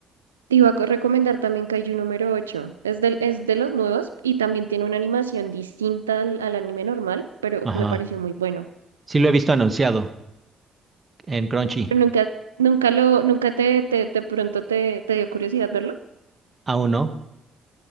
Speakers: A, on the right; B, on the right.
A: Te iba a co- recomendar también Kaiju número ocho. Es de es de los nuevos y también tiene una animación distinta al, al anime normal, pero
B: Ajá.
A: me pareció muy bueno.
B: Sí lo he visto anunciado en Crunchy.
A: Pero nunca, nunca lo, nunca te, te, de pronto te, te dio curiosidad verlo.
B: Aún no.